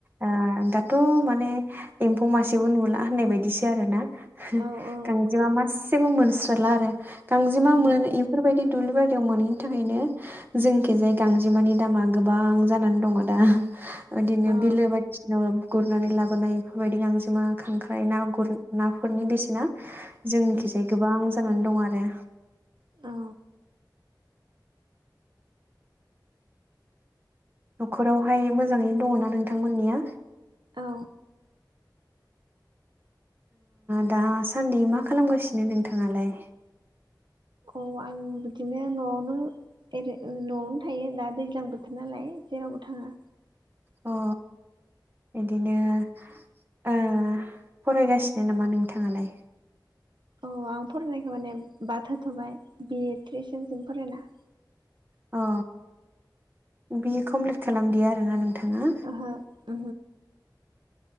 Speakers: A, on the right; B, on the right.
A: आ दा। दाथ' माने एम्फौ मासेबो नुला होननाय बायदिसो आरो ना।
B: औ औ
A: गांजेमा मासेबो मोनस्रला आरो। गांजेमा
B: उम
A: मोन बेफोरबायदि दुब्लि बारियाव मोनैनि थाखायनो जोंखिजाय गांजेमानि दामा गोबां जानानै दङ दा बिदिनो
B: औ
A: बिलो बायदिसिनाव। गुरनानै लाबोनाय बेफोरबायदि गांजेमा खांख्राइ ना गुर नाफोरनि बेसेना जोंनिखिजायै
B: उम
A: गोबां जानानै दं आरो।
B: औ
A: न'खरावहाय मोजाङैनो दङना नोंथांमोननिया
B: औ।
A: दासान्दि मा खालामगासिनो नोंथाङालाय।
B: औ आं बिदिनो न'आवनो रै न'आवनो थायो दा दैज्लां बोथोर नालाय जेरावबो थाङा
A: अ बिदिनो फरायगासिनो नामा नोंथाङालाय
B: औ आं फरायनायखौ माने बाद होथ'बाय बिए थट्रिस जनसिम फरायना
A: अ बि कमप्लिट खालामदि आरोना नोंथाङा।
B: ओ